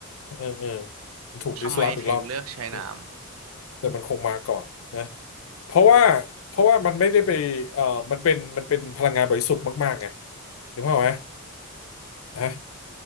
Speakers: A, on the left; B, on the right.
A: เออเออมันถูกดิสลอฟอีกรอบแต่
B: ทำไมถึงเลือกใช้น้ำ
A: แต่มันคงมาก่อนนะเพราะว่าเพราะว่ามันไม่ได้ไปเออมันเป็นมันเป็นพลังงานบริสุทธิ์มากๆไงนึกภาพไหม ฮะ